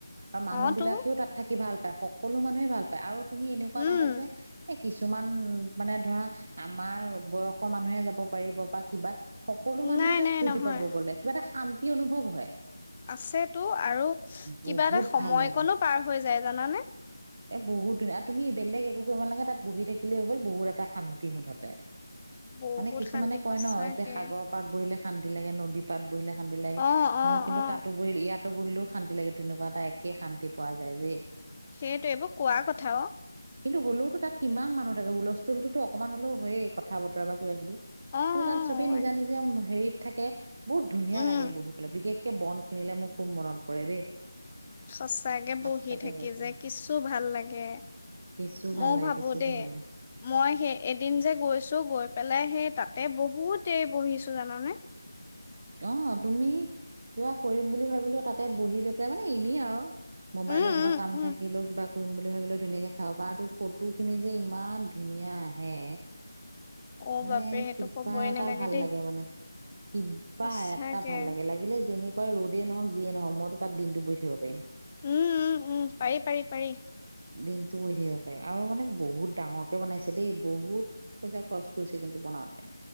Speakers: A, on the right; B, on the left.
A: আৰু মানুহ
B: অ
A: বিলাকেও
B: তো
A: তাত থাকি ভাল পায় সকলো মানুহেই ভাল পায় আৰু তুমি এনেকোৱা
B: উম
A: নহয় যে এই কিছুমান মানে ধৰা আমাৰ বয়সৰ মানুহে যাব পাৰিব বা কিবা সকলো মানুহে
B: নাই
A: তাত
B: নাই
A: ফূৰ্তি
B: নহয়
A: পাব গ'লে কিবা এটা শান্তি অনুভৱ হয়
B: আছেতো আৰু কিবা
A: বহুত
B: এটা সময়কণো
A: ভাল লাগে।
B: পাৰ হৈ যায় জানানে
A: এ বহুত ধুনীয়া আৰু তুমি বেলেগ একো কৰিব নালাগে তাত বহি থাকিলেই হ'ল বহুত এটা শান্তি মুঠতে
B: বহুত
A: মানে কিছুমানে
B: শান্তি
A: কয়
B: সঁচাকে
A: ন যে সাগৰৰ পাত বহিলে শান্তি লাগে নদী পাত বহিলে শান্তি লাগে
B: অ অ
A: মোৰ কিন্তু
B: অ
A: তাতো পৰিল ইয়াত তাতো বহিলেও শান্তি লাগে তেনেকোৱা এটা একেই শান্তি পোৱা যায় যে
B: সেইটো এইবোৰ কোৱা কথা অ
A: কিন্তু হ'লেওতো তাত কিমান মানুহ থাকে হুলস্থুলতো অকমান হলেও হয়েই কথা বতৰা বা কিবা কিবি
B: অ
A: কিন্তু তাত
B: অ
A: চবেই নিজা
B: অ,
A: নিজা হেৰিত থাকে বহুত ধুনীয়া
B: উম
A: লাগে বহি পেলাই বিশেষ কে বন খিনিলে মোৰ খুব মনত পৰে দেই
B: সচাকে বহি
A: সঁচাকে
B: থাকি
A: কৈছো
B: যে কিছু তো ভাল লাগে
A: কেঁচু
B: ময়ো
A: ভাল লাগে
B: ভাবো
A: কেঁচু
B: দেই
A: ভাল লাগে
B: মই সেই এদিন যে গৈছো গৈ পেলাই লাই সেই তাতে বহুত দেৰি বহিছো জানানে
A: অ তুমি কিবা কৰিম বুলি ভাবিলো তাতে বহি লৈ পেলাই মানে এনেই আৰু মোবাইলৰ
B: উম
A: কিবা
B: উম
A: কাম
B: উম
A: থাকিলেও কিবা কৰিম বুলি ভাবিলে ধুনীয়াকে চাবা ত ফটোখিনি যে ইমান ধুনীয়া আহে
B: অ
A: মানে
B: বাপৰে সেইটো
A: কিবা
B: কবই
A: এটা
B: নালাগে
A: ভাল
B: দেই
A: লাগে, মানে কিবা
B: সঁচাকে
A: এটা ভাল লাগে লাগিলে যেনে যেনেকুৱাই ৰদে নহক, যিয়ে নহক মইতো তাত দিনটো বহি থাকিব পাৰিম।
B: উম -উম, উম, পাৰি- পাৰি -পাৰি
A: দিনতো বহি থাকিব পাৰিম, আৰু মানে বহুত ডাঙৰকে বনাইছে দেই, বহুত পইচা খৰচ কৰিছে কিন্তু বনাওতে।